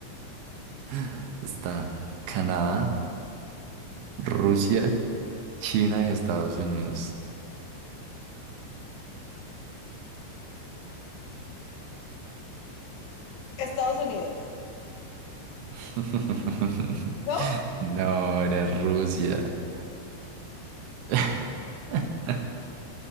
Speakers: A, on the right; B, on the left.
A: <laughs> Está Canadá, Rusia, China y Estados Unidos.
B: Estados Unidos.
A: <laughs>
B: No,
A: No, era Rusia. <laughs>